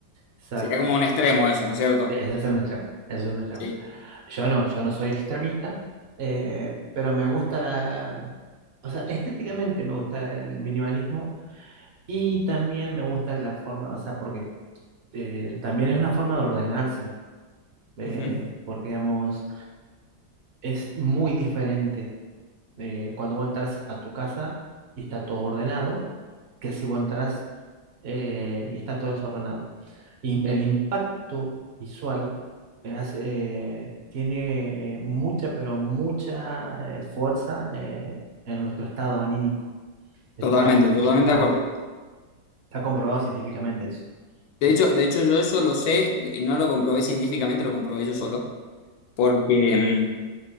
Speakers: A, on the right (about 55°); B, on the left (about 80°).
A: exacto.
B: Sería como un extremo eso, ¿no es cierto?
A: E, Ese es un extremo, ese es un extremo.
B: Sí.
A: Yo no, yo no soy extremista, eh, pero me gusta la... O sea, estéticamente me gusta el minimalismo y también me gusta la forma, o sea, porque eh, también es una forma de ordenarse, eh,
B: Ujú.
A: porque digamos, es muy diferente eh, cuando vos entras a tu casa y está todo ordenado, que si vos entras eh, y está todo desordenado. Y el impacto visual eh, eh, tiene eh, mucha, pero mucha eh, fuerza eh, en nuestro estado anímico. Está,
B: Totalmente, totalmente
A: está,
B: de acuerdo.
A: está comprobado científicamente eso.
B: De
A: O
B: hecho,
A: sea,
B: de hecho, yo eso lo sé, y no lo comprobé científicamente, lo comprobé yo solo, porque mm,